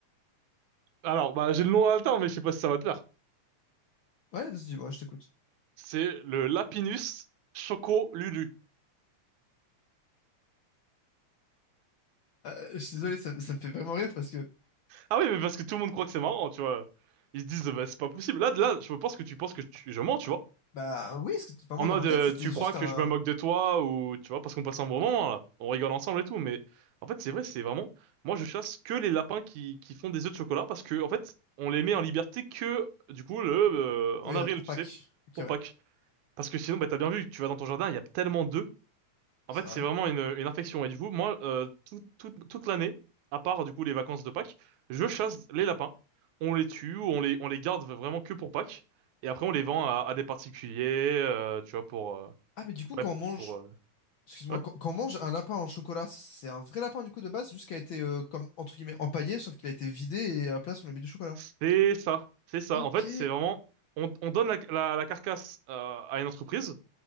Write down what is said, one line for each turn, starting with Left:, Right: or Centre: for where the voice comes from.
Right: alors, bah, j'ai le nom haletant, mais je sais pas si ça va te plaire.
Left: Ouais, vas-y, ouais, je t'écoute.
Right: C'est le Lapinus Choco Lulu.
Left: Euh, je suis désolé, ça, ça me fait vraiment rire parce que...
Right: Ah oui, mais parce que tout le monde croit que c'est marrant, tu vois. Ils se disent, bah, c'est pas possible. Là, là, je pense que tu penses que tu- je mens, tu vois.
Left: Bah oui, parce que vraiment,
Right: En mode,
Left: dans ma tête,
Right: euh,
Left: c'était
Right: tu
Left: juste
Right: crois que
Left: un...
Right: je me moque de toi ou, tu vois, parce qu'on passe un bon moment, là. On rigole ensemble et tout, mais en fait, c'est vrai, c'est vraiment, moi, je chasse que les lapins qui, qui font des œufs de chocolat parce que, en fait, on les met en liberté que, du coup, le, euh,
Left: Oui,
Right: en avril,
Left: euh, pour
Right: tu
Left: Pâques.
Right: sais,
Left: Ok,
Right: pour
Left: ouais,
Right: Pâques. Parce que sinon, bah, t'as bien vu, tu vas dans ton jardin, il y a tellement d'œufs
Left: c'est
Right: en fait,
Left: vrai.
Right: c'est vraiment une, une infection. Et du coup, moi, euh, tout- tout- toute l'année, à part du coup les vacances de Pâques, je chasse les lapins. On les tue ou on les, on les garde vraiment que pour Pâques. Et après, on les vend à, à des particuliers, euh, tu vois, pour... euh,
Left: Ah, mais du coup, quand
Right: ouais,
Left: on mange...
Right: pour... euh,
Left: Excuse-moi,
Right: ouais.
Left: quand, quand on mange un lapin en chocolat, c'est un vrai lapin du coup de base, c'est juste qu'il a été euh, comme, entre guillemets, empaillé, sauf qu'il a été vidé et à la place, on a mis du chocolat.
Right: C'est ça. C'est ça.
Left: Ok.
Right: En fait, c'est vraiment... On, on donne la, la- la carcasse euh, à une entreprise.